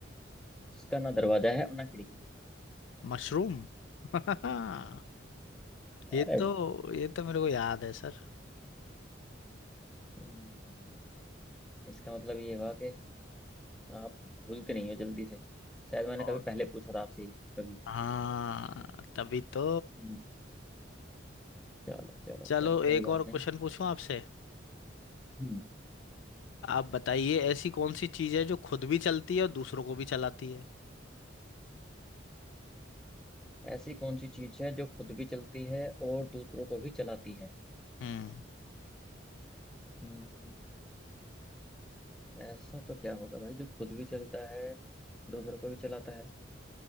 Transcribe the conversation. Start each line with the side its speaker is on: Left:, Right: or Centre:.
Centre: जिसका ना दरवाजा है और ना खिड़की
Left: मशरूम <laughs> ये
Centre: अरे
Left: तो
Centre: वाह।
Left: ये तो मेरे को याद है सर
Centre: हम्म, इसका मतलब ये हुआ कि आप भूलते नहीं हो जल्दी से शायद मैंने
Left: और
Centre: कभी पहले पूछा था आपसे ये कभी
Left: हाँ तभी तो
Centre: हम्म, चलो चलो
Left: चलो
Centre: चलो कोई
Left: एक
Centre: बात
Left: और
Centre: नहीं
Left: क्वेश्चन पूछूं आपसे
Centre: हम्म
Left: आप बताइए ऐसी कौन सी चीज है जो खुद भी चलती है और दूसरों को भी चलाती है
Centre: ऐसी कौन सी चीज है जो खुद भी चलती है और दूसरों को भी चलाती है
Left: हम्म
Centre: हम्म, ऐसा तो क्या होगा भाई जो खुद भी चलता है दूसरों को भी चलाता है